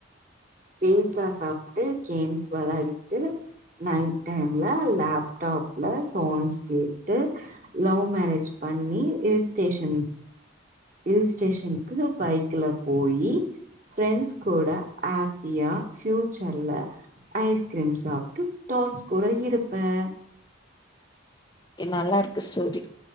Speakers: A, on the right; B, on the left.
A: பீட்ஸா சாப்டு கேம்ஸ் வெளாடிட்டு நைட் டைம்ல லேப்டாப்ல சாங்ஸ் கேட்டு லவ் மேரேஜ் பண்ணி ஹில்ஸ் ஸ்டேஷன் ஹில் ஸ்டேஷன்க்கு பைக்குல போயி ஃபிரெண்ஸ் கூட ஆப்பியா ஃபியூச்சர்ல ஐஸ்கிரீம் சாப்ட்டு டாக்ஸ் கூட இருப்பன்
B: ஏ நல்லா இருக்கு ஸ்டோரி